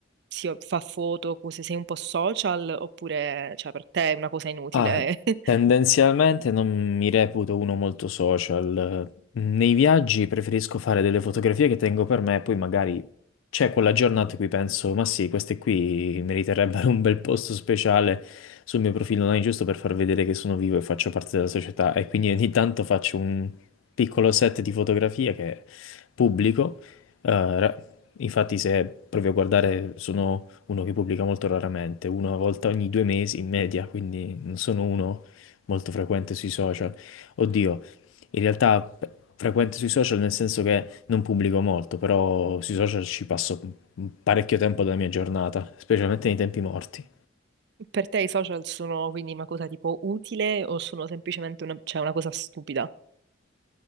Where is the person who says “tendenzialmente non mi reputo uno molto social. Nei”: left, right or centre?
Left